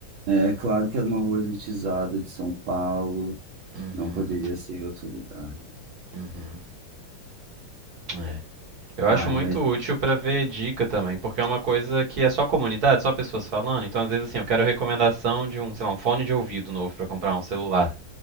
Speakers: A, on the right; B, on the right.
A: É é claro que era uma rua elitizada de São Paulo,
B: Uhum,
A: não poderia ser em outro lugar.
B: uhum. É. Eu
A: Ai,
B: acho muito
A: mas,
B: útil pra ver dica também, porque é uma coisa que é só comunidade, só pessoas falando. Então, às vezes, assim, eu quero recomendação de um, sei lá, um fone de ouvido novo pra comprar um celular.